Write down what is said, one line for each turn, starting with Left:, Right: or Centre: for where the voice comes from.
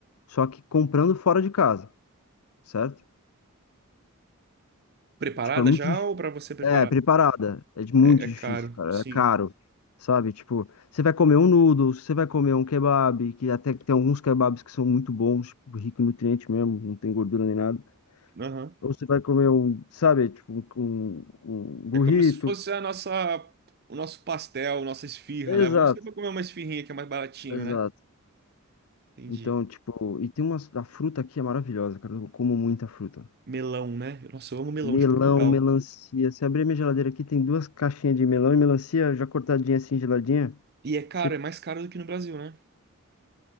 Left: só que comprando fora de casa, certo?
Right: Preparada
Left: Tipo, é muito
Right: já
Left: difícil.
Right: ou pra você preparar?
Left: É, preparada. É de- muito
Right: É, é
Left: difícil,
Right: caro,
Left: cara.
Right: sim.
Left: É caro. Sabe? Tipo, você vai comer um noodles, você vai comer um kebab, que até que tem alguns kebabs que são muito bons, tipo, rico em nutriente mesmo, não tem gordura nem nada.
Right: Aham.
Left: Ou você vai comer um, sabe, tipo, um, um um burrito.
Right: É como se fosse a nossa, o nosso pastel, nossa esfirra,
Left: Exato.
Right: né? Vamos sempre comer uma esfirrinha que é mais baratinho,
Left: Exato.
Right: né? Entendi.
Left: Então, tipo, e tem umas. A fruta aqui é maravilhosa, cara. Eu como muita fruta.
Right: Melão, né? Nossa, eu amo melão
Left: Melão,
Right: de Portugal.
Left: melancia. Se abrir minha geladeira aqui, tem duas caixinhas de melão e melancia já cortadinha assim, geladinha.
Right: E é caro,
Left: Você...
Right: é mais caro do que no Brasil, né?